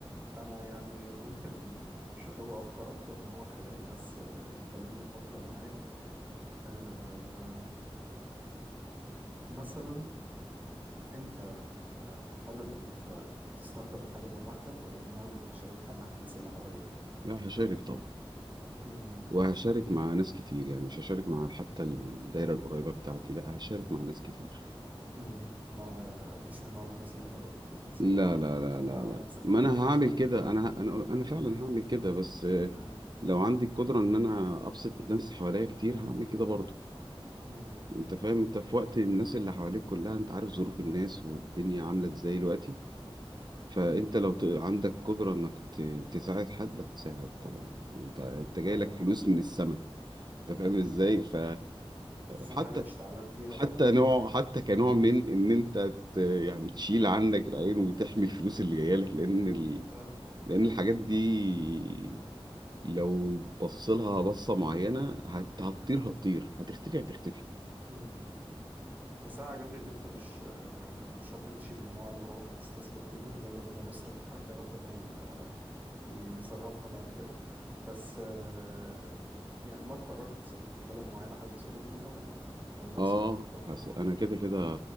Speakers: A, on the right; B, on the right.
A: انا يعني ممكن مش هتبقى افكار اكتر ما هو خيال بس آه، خليني افكر معاك آه، مثلا انت آه، حابب ان انت تستمتع بالحاجه دي لوحدك ولا من النوع اللي بتشاركها مع الناس اللي حواليك
B: لا هشارك طبعا
A: مم.
B: وهشارك مع ناس كتير يعني مش هشارك مع حتى الدايره القريبه بتاعتي لا هشارك مع ناس كتير
A: مم. نوع آه، مش من نوع الناس اللي هتاخد الفلوس وتسافر
B: لا
A: على
B: لا
A: طول وتشبر
B: لا لا
A: على
B: لا
A: نفسك
B: ما
A: تاخد
B: انا
A: الناس
B: هعمل
A: معاك
B: كده
A: وكده
B: انا ه- انا انا فعلا هعمل كده بس آه،
A: مم.
B: لو عندي القدره ان انا ابسط الناس حواليا كتير هعمل كده برضه
A: مم.
B: انت فاهم انت في وقت الناس اللي حواليك كلها انت عارف ظروف الناس والدنيا عامله ازاي دلوقتي فانت
A: مم.
B: لو ت- عندك قدره انك ت- تساعد حد هتساعد طبعا انت انت جاي
A: لا طبعا
B: لك فلوس من السماء انت فاهم ازاي ف
A: خصوصا
B: حتى
A: حاجة مش تعبان فيها
B: حتى
A: بقى فاللي
B: نوع
A: هو ايه
B: حتى كنوع من ان انت ت- يعني تشيل عنك العين وتحمي الفلوس اللي جايه لك لان ال...
A: اه
B: لأن الحاجات دي لو بصلها بصة معينة هت- هتطير هتطير هتختفي هتختفي
A: امم بس انا عاجبني ان انت مش آه، مش هتمشي من النوع اللي هو هتستثمر فيهم يلا بينا نصرف وبعد كده ربنا ي- آه، يصرفها بعد كده بس آه، يعني لو قررت تسافر في بلد معينة حابب تسافر فيها ولا حابب اسمع
B: اه
A: منك اكتر
B: بس
A: عن الموضوع
B: انا كده كده
A: مم.